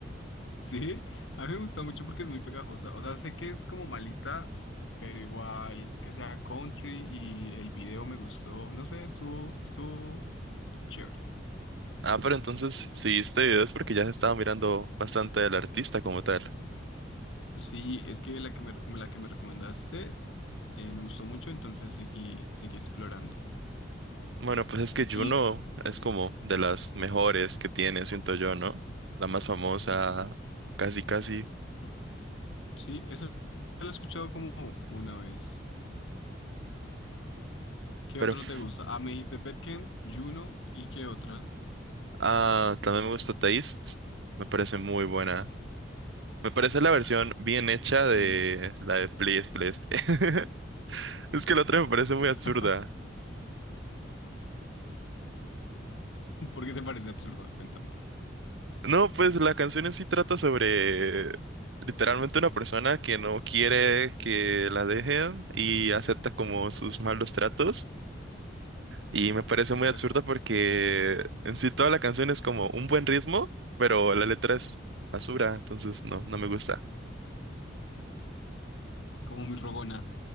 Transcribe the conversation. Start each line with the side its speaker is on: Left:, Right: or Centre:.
Left: Sí, a mí me gusta mucho porque es muy pegajosa. O sea, sé que es como malita, pero igual que sea country y el video me gustó. No sé, estuvo, estuvo chévere.
Right: Ah, pero entonces, si viste videos porque ya se estaba mirando bastante del artista como tal.
Left: Sí, es que la que me, la que me recomendaste eh, me gustó mucho, entonces seguí, seguí explorando.
Right: Bueno, pues es que Juno
Left: Y
Right: es como de las mejores que tiene, siento yo, ¿no? La más famosa, casi, casi.
Left: mm, sí, esa la he escuchado como una vez. ¿Qué
Right: Pero
Left: otra
Right: f-
Left: te gusta? Ah, me dijiste Bedkent, Juno y qué otra.
Right: ah, también me gusta Taste, me parece muy buena. Me parece la versión bien hecha de
Left: Mm.
Right: la de Please, Please, Please. <laughs> Es que la otra me parece muy absurda.
Left: <laughs> ¿Por qué te parece absurdo? Cuéntame. O
Right: No, pues la canción en sí trata sobre literalmente una persona que no quiere que la dejen y acepta como sus malos tratos. Y me parece muy
Left: sea,
Right: absurda porque en sí toda la canción es como un buen ritmo, pero la letra es basura, entonces no, no me gusta.
Left: como muy rogona.